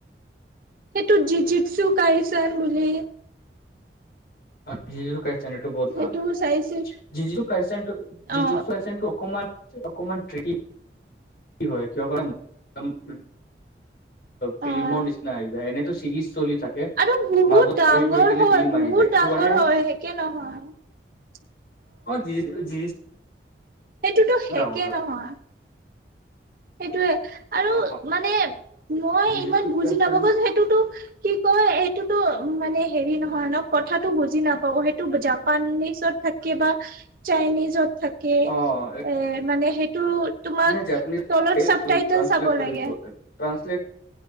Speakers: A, on the right; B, on the left.
A: সেইটো জি জচু কাইচান বুলি
B: অ ক <inaudible> বহুত
A: সেইটোও
B: ভাল
A: চাইছো
B: <unintelligible>
A: অ
B: অকমান অকমান <unintelligible> কি হয় <unintelligible> ফিলিমৰ
A: অ
B: নিচনা <unintelligible> চিৰিজ চলি থাকে
A: আৰু বহুত
B: মাজত
A: ডাঙৰ
B: ব্ৰেক হৈ কিনে
A: হয়,
B: ফিল্ম
A: বহুত
B: আহি যায় সেইটো
A: ডাঙৰ
B: কাৰণে
A: হয়, শেষে নহয়।
B: অ', <unintelligible>
A: সেইটোতো শেষে
B: ডাঙৰ হয়
A: নহয়। সেইটোৱে। আৰু
B: অ
A: মানে মই
B: জিজু
A: ইমান বুজি
B: কাইচেন
A: নাপাব <unintelligible> সেইটোতো কি কয় হেইটো টোতো উম, মানে হেৰি নহয় ন কথাতটো বুজি নাপাও, সেইটো জাপানিচত থাকে বা চাইনিজত থাকে। এ
B: অ
A: মানে হেইটো তোমাক
B: নে জাপানিজ
A: তলত চাব টাইটেল
B: ট্ৰান্সলেট
A: চাব
B: কৰিব
A: লাগে।
B: ট্ৰান্সলেট